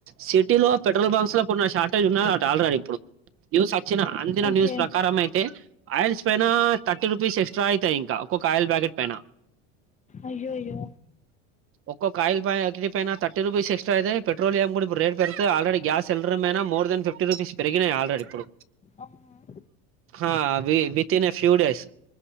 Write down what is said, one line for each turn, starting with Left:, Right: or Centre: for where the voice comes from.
Right: సిటీలో పెట్రోల్ బంప్స్ లో కొ షార్టేజ్ ఉన్న అట ఆ ఇప్పుడు ఇచ్చిన అందిన
Left: ఓకే
Right: న్యూస్ ప్రకారం అయితే ఆయిల్స్ పైన థర్టీ రూపీస్ ఎక్స్ట్రా అవుతాయి ఇంకా ఒక్కొక్క ఆయిల్ బ్యాకెట్ పైన
Left: అయ్యో అయ్యో
Right: ఒక్కో కాయల్ ప పైన థర్టీ రూపీస్ ఎస్ట్రా అయితే పెట్రోలియం కూడా రేట్ పెరుతుంది already gas cylinder more than fifty rupees పెరిగినయి ఆల్రెడీప్పుడు
Left: అహా
Right: హా భితి ఫ్యూడైస్